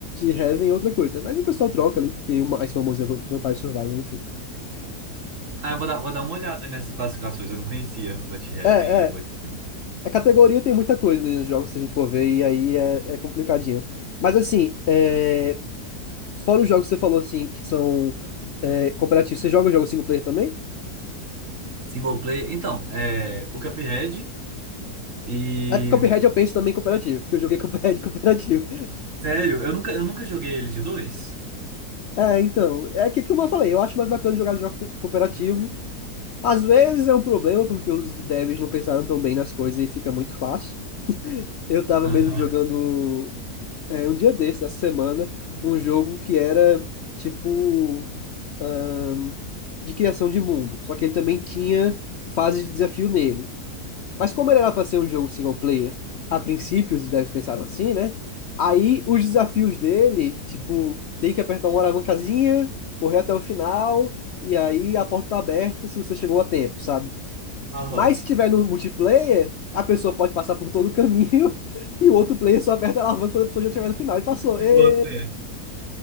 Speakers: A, on the left; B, on the right.
A: Heaven é outra coisa, né? Mas o pessoal troca ali, porque o mais famoso é Vampire Survival, enfim.
B: Ah, eu vou dar, vou dar uma olhada nessas classificações. Eu não conhecia o But Heaven
A: É,
B: e o
A: é,
B: But Hell.
A: A categoria tem muita coisa né, nos jogos, se a gente for ver, e aí é, é complicadinho. Mas assim, é, fora os jogos que você falou assim, que são é, cooperativos, você joga o jogo single player também?
B: Single player. Então, é o Cuphead e.
A: É porque Cuphead eu penso também em cooperativo, porque eu joguei <laughs> Cuphead cooperativo.
B: Sério, eu nunca, eu nunca joguei ele de dois.
A: É, então, é que, como eu falei, eu acho mais bacana jogar jogo co- cooperativo. Às vezes é um problema, porque os devs não pensaram tão bem nas coisas e fica muito fácil. Eu tava
B: Aham.
A: mesmo jogando. É, um dia desse, essa semana, um jogo que era tipo ahn, de criação de mundo. Só que ele também tinha fase de desafio nele. Mas como ele era para ser um jogo single player, a princípio os devs pensaram assim, né? Aí os desafios dele, tipo, tem que apertar uma alavancazinha, correr até o final, e aí a porta tá aberta se você chegou a tempo, sabe?
B: <laughs> Aham.
A: Mas se tiver no multiplayer, a pessoa pode passar por todo o caminho <laughs> e o outro player só aperta a alavanca quando a pessoa já estiver no final e passou. Ê!
B: Eu boto fé.
A: <laughs>
B: <laughs>